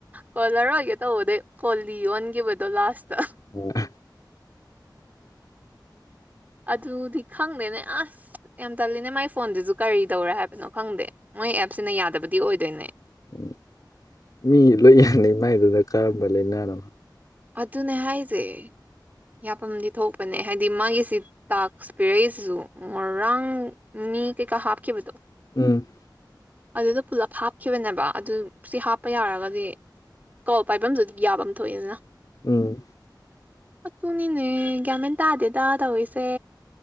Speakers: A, on the right; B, on the left.
A: ꯀꯣꯂꯔ ꯑꯣꯏꯒꯦ ꯇꯧꯕꯗꯩ ꯀꯣꯂꯤ ꯑꯣꯟꯈꯤꯕꯗꯣ ꯂꯥꯁꯇ
B: ꯑꯣ <unintelligible>
A: ꯑꯗꯨꯗꯤ ꯈꯪꯗꯦꯅꯦ ꯑꯁ ꯌꯥꯝ ꯇꯜꯂꯤꯅꯦ ꯃꯥꯏ ꯐꯣꯟꯁꯤꯁꯨ ꯀꯔꯤ ꯇꯧꯔꯦ ꯍꯥꯏꯕꯅꯣ ꯈꯪꯗꯦ ꯃꯣꯏ ꯑꯦꯞꯁꯤꯅ ꯌꯥꯗꯕꯗꯤ ꯑꯣꯏꯗꯣꯏꯅꯦ
B: ꯎꯝ ꯃꯤ ꯂꯣꯏ ꯌꯥꯅꯩ ꯃꯥꯏꯗꯨꯅ ꯀꯔꯝꯕ ꯂꯩꯥꯅꯥꯅꯣ
A: ꯑꯗꯨꯅꯦ ꯍꯥꯏꯁꯦ ꯌꯥꯐꯝꯗꯤ ꯊꯣꯛꯄꯅꯦ ꯍꯥꯏꯗꯤ ꯃꯥꯒꯤꯁꯤ ꯇꯥꯢꯛ ꯑꯦꯛꯁꯄꯤꯔꯁꯁꯨ ꯉꯔꯥꯡ ꯃꯤ ꯀꯩꯀꯥ ꯍꯥꯞꯈꯤꯕꯗꯣ
B: ꯎꯝ
A: ꯑꯗꯨꯗ ꯄꯨꯂꯞ ꯍꯥꯞꯈꯤꯕꯅꯦꯕ ꯑꯗꯨ ꯁꯤ ꯍꯥꯞꯄ ꯌꯥꯔꯒꯗꯤ ꯀꯣꯜ ꯄꯥꯏꯐꯝꯗꯨꯗꯤ ꯌꯥꯕꯝ ꯊꯣꯛꯏꯗꯅ
B: ꯎꯝ
A: ꯑꯗꯨꯅꯤꯅꯦ ꯒ꯭ꯌꯥꯃꯦꯟ ꯇꯥꯗꯦꯗ ꯇꯧꯔꯤꯁꯦ